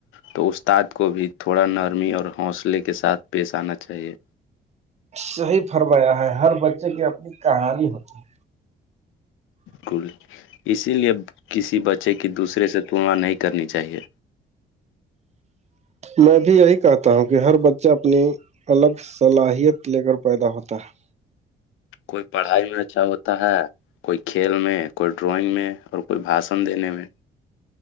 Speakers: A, on the left (about 85°); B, on the right (about 35°).
A: تو استاد کو بھی تھوڑا نرمی اور حوصلے کے ساتھ پیش آنا چاہیے
B: صحیح فرمایا ہے ہر بچے کی اپنی کہانی ہوتی ہے
A: اسکول اسی لیے کسی بچے کی دوسرے سے تلنا نہیں کرنی چاہیے
B: میں بھی یہی کہتا ہوں کہ ہر بچہ اپنی الگ صلاحیت لے کر پیدا ہوتا ہے
A: کوئی پڑھائی میں اچھا ہوتا ہے کوئی کھیل میں کوئی ڈرائنگ میں اور کوئی بھاشن دینے میں